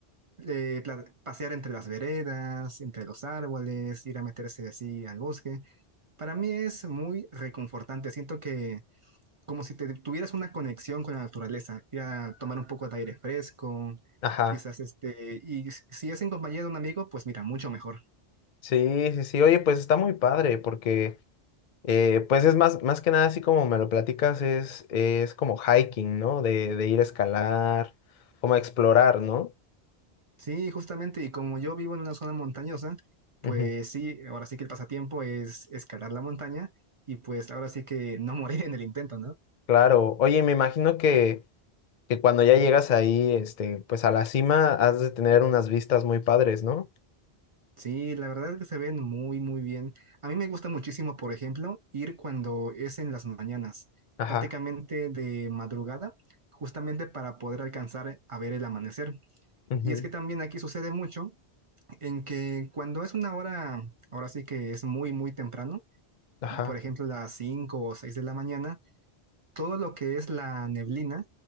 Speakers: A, on the right; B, on the left.
A: eh, pla- pasear entre las veredas, entre los árboles, ir a meterse así al bosque. Para mí es muy reconfortante, siento que como si te tuvieras una conexión con la naturaleza, ir a tomar un poco de aire fresco,
B: Ajá.
A: quizás este, y si es en compañía de un amigo, pues mira, mucho mejor.
B: Sí, sí, sí, oye, pues está muy padre porque, eh, pues es más, más que nada así como me lo platicas, es, es como hiking, ¿no? De, de ir a escalar, como a explorar, ¿no?
A: Sí, justamente, y como yo vivo en una zona montañosa, pues
B: Ujú,
A: sí, ahora sí que el pasatiempo es escalar la montaña y pues ahora sí que no <laughs> morir en el intento, ¿no?
B: Claro, oye, me imagino que, que cuando ya llegas ahí, este, pues a la cima has de tener unas vistas muy padres, ¿no?
A: Sí, la verdad es que se ven muy, muy bien. A mí me gusta muchísimo, por ejemplo, ir cuando es en las mañanas,
B: Ajá,
A: prácticamente de madrugada, justamente para poder alcanzar a ver el amanecer.
B: ujú,
A: Y es que también aquí sucede mucho en que cuando es una hora, ahora sí que es muy, muy temprano,
B: ajá,
A: por ejemplo, las 5 o 6 de la mañana, todo lo que es la neblina